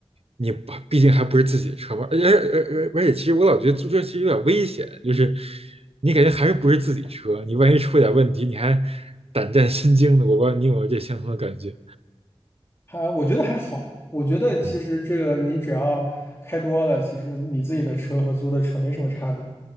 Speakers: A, on the right; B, on the left.
A: 你不毕竟还不是自己的车嘛。而而而而且，其实我老觉得租车其实有点危险，就是你感觉还是不是自己车，你万一出点问题，你还胆战心惊的。我不知道你有没有这相同的感觉？
B: 还我觉得还好，我觉得其实这个你只要开多了，
A: 嗯
B: 其实你自己的车和租的车没什么差别。